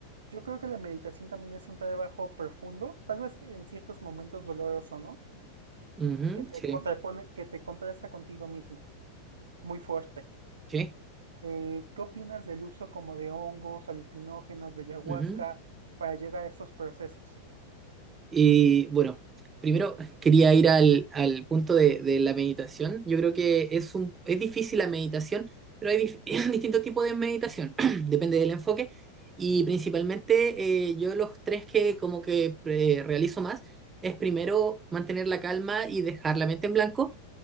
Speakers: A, on the right (about 70°); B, on the right (about 20°).
A: yo creo que la meditación también es un trabajo profundo, tal vez en ciertos momentos doloroso, ¿no?
B: Ujú,
A: Que te
B: sí,
A: contrapone, que te contrasta contigo mismo, muy fuerte.
B: sí.
A: Eh, ¿qué opinas del uso como de hongos, alucinógenos, de ayahuasca
B: ujú.
A: para llegar a esos procesos?
B: Y bueno, primero quería ir al, al punto de, de la meditación. Yo creo que es un, es difícil la meditación, pero hay dif- <laughs> <clears throat> distintos tipos de meditación, <clears throat> depende del enfoque. Y principalmente eh, yo los tres que como que eh, realizo más es primero mantener la calma y dejar la mente en blanco.